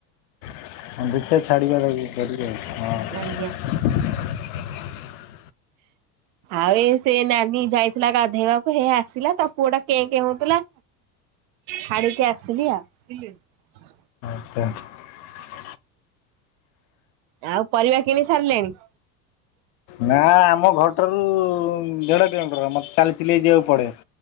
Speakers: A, on the left; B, on the right.
A: ହଁ ଦେଖିଆ ଛାଡିବା ଖୋଲିକି
B: ଆଜ୍ଞା।
A: କରିବେ ଆଉ ହଁ।
B: ଆଉ ଏ ସେ ନାନୀ ଯାଇଥିଲା ଗାଧେଇବାକୁ ହେ ଆସିଲା ତା ପୁଅ ଟା କେଁ କେଁ ହଉଥିଲା ଛାଡିକି ଆସିଲି ଆଉ।
A: ହଁ।
B: ଆଉ ପରିବା କିଣି ସାରିଲେଣି?
A: ନା ଆମ ଘରଟାରୁ ଦେଢ କିଲୋମିଟର। ମତେ ଚାଲିି ଚାଲି ଯିବାକୁ ପଡେ।